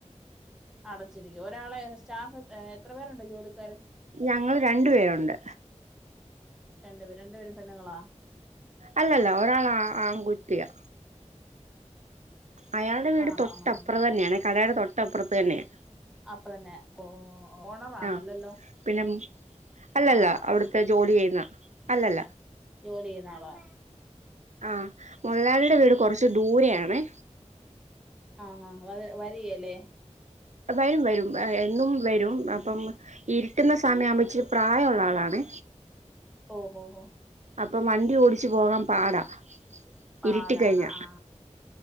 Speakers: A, in the centre; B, on the right (about 70°).
A: അടച്ചിരിക്കും ഒരാളെ സ്റ്റാഫ് എത്ര പേരുണ്ട് ജോലിക്കാര്
B: ഞങ്ങള് രണ്ടുപേരുണ്ട്
A: രണ്ടുപേര് രണ്ടുപേര് പെണ്ണുങ്ങളാ
B: അല്ലല്ല ഒരാൾ ആ ആൺകുട്ടിയാ അയാളുടെ വീട്
A: ആണോ
B: തൊട്ടപ്പുറതന്നെയാണ്
A: ആഹ് ആഹ്
B: കടയുടെ തൊട്ടപ്പുറത്തുതന്നെയാ
A: അപ്പൊ തന്നെ ഓണറാണോ
B: ആ
A: അല്ലല്ലോ
B: പിന്നെ അല്ലല്ല
A: ഓണറാണ്
B: അവിടുത്തെ
A: ആഹ്
B: ജോലി ചെയ്യുന്ന അല്ലല്ല
A: ജോലി നാളെ
B: ആ മൊതലാളിടെ വീട് കുറച്ചു ദൂരെയാണെ
A: ആ വത് വരികേല്ലേ
B: വരും വരും എന്നും വരും അപ്പം
A: ഉം
B: ഇരി കിട്ടുന്ന സമയമാവുമ്പോ ഇച്ചിരി പ്രായമുള്ള ആളാണ്
A: ഓ ഓ ഹോ
B: അപ്പൊ വണ്ടി ഓടിച്ചു പോകാൻ പാടാ
A: പാടാണ്
B: ഇരുട്ടി കഴിഞ്ഞ
A: ആ